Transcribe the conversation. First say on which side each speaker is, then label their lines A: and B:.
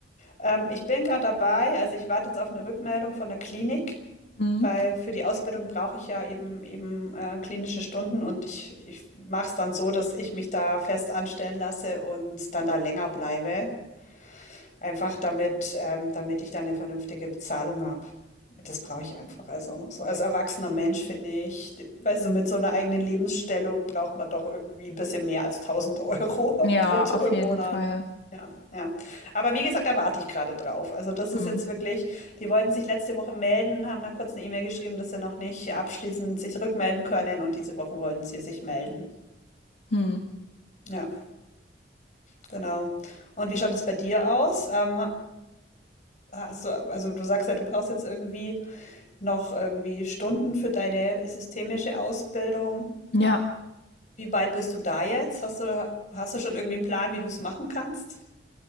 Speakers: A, on the left; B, on the left.
A: Ähm, ich bin gerade dabei, also ich warte jetzt auf eine Rückmeldung von der Klinik,
B: Mhm.
A: weil für die Ausbildung brauche ich ja eben eben äh, klinische Stunden und ich, ich mache es dann so, dass ich mich da fest anstellen lasse und dann da länger bleibe, Einfach damit ähm, damit ich da eine vernünftige Bezahlung habe. Das brauche ich einfach. Also, so als erwachsener Mensch finde ich d weißt du, mit so einer eigenen Lebensstellung braucht man doch irgendwie 'n bisschen mehr als tausend Euro
B: Ja,
A: <laughs> brutto
B: auf
A: im
B: jeden
A: Monat.
B: Fall.
A: Ja, ja. Aber wie gesagt, da warte ich gerade drauf. Also, das ist
B: Mhm.
A: jetzt wirklich die wollten sich letzte Woche melden, haben dann kurz eine E-Mail geschrieben, dass sie noch nicht abschließend sich rückmelden können und diese Woche wollten sie sich melden.
B: Mhm.
A: Ja, genau. Und wie schaut es bei dir aus? Ähm Hast du, also du sagst ja, du brauchst jetzt irgendwie noch irgendwie Stunden für deine systemische Ausbildung.
B: Ja.
A: Wie weit bist du da jetzt? Hast du, hast du schon irgendwie einen Plan, wie du es machen kannst?